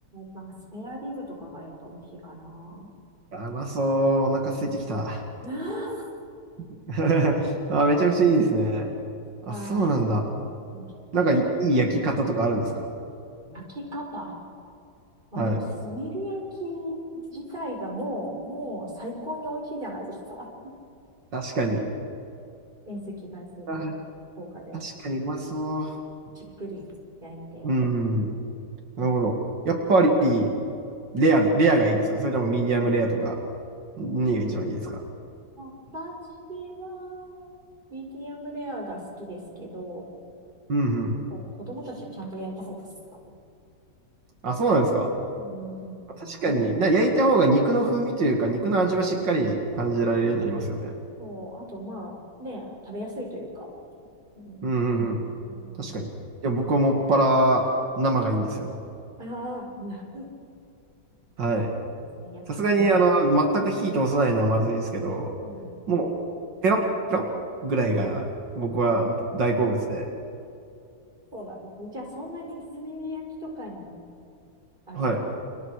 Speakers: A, on the right; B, on the right.
A: なんかスペアリブとかがやっぱ美味しいかな。
B: あ、うまそう。お腹空いてきた。
A: <laughs>
B: <laughs> あ、めちゃくちゃいいですね。あ、
A: はい。
B: そうなんだ。
A: うんうん
B: なんかいいい焼き方とかあるんですか
A: 焼き方。まあでも、
B: はい。
A: 炭火焼き自体がもう、もう最高に美味しいじゃないですか。
B: 確かに。
A: 遠赤外線で、
B: あ、
A: 効果で、
B: 確かにうまそう。
A: じっくり焼いて。
B: うん。なるほど。やっぱり、レアで、レアがいいですかそれともミディアムレアとか、何が一番いいですか
A: 私は、ミディアムレアが好きですけど、
B: うんうん。
A: こう子供たちはちゃんと焼いた方が好きかも。
B: あ、そうなんですか
A: うんうんうんうん
B: 確かに、な、焼いた方が肉の風味というか、肉の味はしっかり感じられるようになりますよね。
A: う、あと、まあ、ね、食べやすいというか。うんうん
B: うんうんうん。
A: うん
B: 確かに。でも僕はもっぱら生がいいんですよ。
A: うん、ああ、なるほ
B: はい。
A: どですね。<laughs> やか。
B: さすがに、あの、全く火通さないのはまずいですけど、
A: うんうんうん
B: もう、ペロッペロッぐらいが僕は大好物で。
A: そうなんですね。じゃあ、そんなに炭火焼きとかに、あれ、
B: はい。